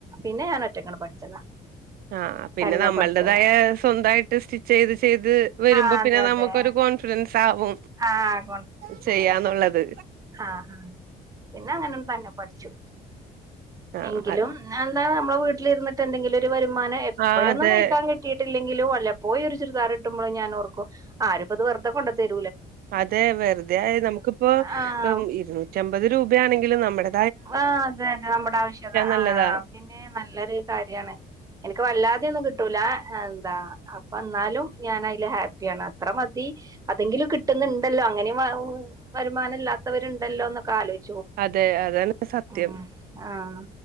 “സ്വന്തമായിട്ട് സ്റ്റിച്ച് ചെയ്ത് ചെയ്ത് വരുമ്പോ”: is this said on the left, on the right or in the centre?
Right